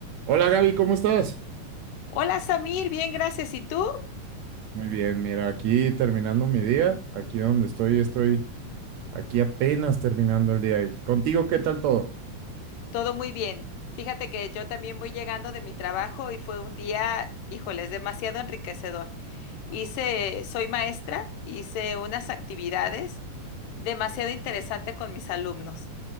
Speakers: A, on the right; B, on the left.
A: Hola Gaby, ¿cómo estás?
B: Hola Samir, bien, gracias. ¿Y tú?
A: Muy bien, mira, aquí terminando mi día, aquí donde estoy, estoy aquí apenas terminando el día. ¿Y contigo qué tal todo?
B: Todo muy bien. Fíjate que yo también voy llegando de mi trabajo y fue un día, híjoles, demasiado enriquecedor. Hice, soy maestra, hice unas actividades demasiado interesantes con mis alumnos.